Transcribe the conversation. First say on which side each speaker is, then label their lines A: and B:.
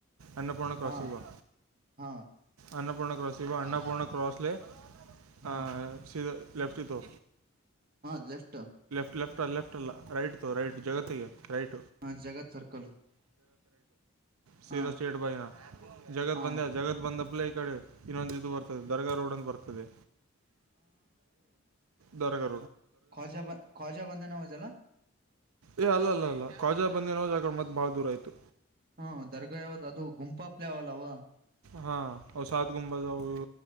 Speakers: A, on the right; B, on the right.
A: ಅನ್ನಪೂರ್ಣಾ ಕ್ರಾಸ್
B: ಹಾ
A: ಇವ
B: ಹಾ
A: ಅನ್ನಪೂರ್ಣ ಕ್ರಾಸ್ ಇ ಅನ್ನಪೂರ್ಣಾ ಕ್ರಾಸ್
B: ಹ್ಮ್
A: ಹ ಸ ಲೆಫ್ಟ ಇ ತು
B: ಹಾ ಲೆಫ್ಟ
A: ಲೆಫ್ಟ್ ಅ ಲೆಫ್ಟ್ ಅಲ್ಲ ರೈಟ್ ತ ರೈಟ್ ಜಗತ್ತಗೆ ರೈಟ್
B: ಹಾ ಜಗತ್ ಸರ್ಕಲ್
A: ಸೀರಿ
B: ಹಾ
A: ಸೇಟ್ ಬೈನಾ ಜಗತ್
B: ಹಾ
A: ಬಂದೆ ಜಗತ್ ಬಂದ ಹಬ್ಲ ಈ ಕಡೆ ಇನ್ನೊಂದು ಇದು ಬರ್ತದೆ ದರ್ಗಾ ರೋಡ್ ಒಂದು ಬರ್ತದೆ ದರಗ
B: ಕೌಜ್ಜ ಜಾ ಬಜಾ ಬಂದನ ಮಜಲ್ಲ
A: ಏ ಅಲ್ಲ ಅಲ್ಲ ಅಲ್ಲ ಕ್ವಾಜಾ ಬಂದ ನೋ್ ಆಕಡೆ ಮತ್ ಬಾಳ ದೂರ ಆಯ್ತು
B: ಹಾ ದರ್ಗಾ ಯಾವತ್ ಅದು ಗುಂಪಾಪ್ಲೆ ಯಾವಲ್ಲವಾ
A: ಹಾ ಔ ಸಾದ ಗುಂಬ ಜವು ಇ